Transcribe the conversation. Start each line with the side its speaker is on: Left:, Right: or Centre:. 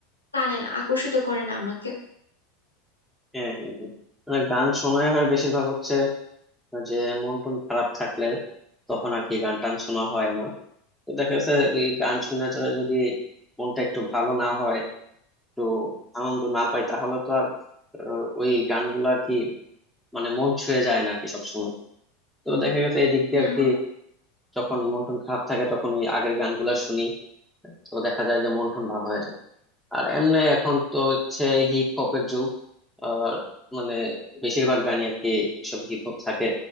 Left: টানে না আকর্ষিত করে না আমাকে
Centre: হ্যাঁ হ্যাঁ হ্যাঁ মানে গান শোনাই হয় বেশিরভাগ হচ্ছে যে মন টন খারাপ থাকলে তখন আর কি গান টান শোনা হয় আমার তো দেখা যাচ্ছে এই গান শোনা ছাড়া যদি মনটা একটু ভালো না হয় একটু আনন্দ না পাই তাহলে তো আর আহ, ওই গানগুলো আর কি মানে মন ছুঁয়ে যায় না আর কি সবসময় তো দেখা গেছে এই দিক
Left: হুম
Centre: দিয়ে আর কি যখন মন টন খারাপ থাকে তখন ওই আগের গানগুলা শুনি তো দেখা যায় যে মন টন ভালো হয়ে যায় আর এমনি এখন তো হচ্ছে হিপ হপের যুগ আর মানে বেশিরভাগ গানই আর কি সব হিপ হপ থাকে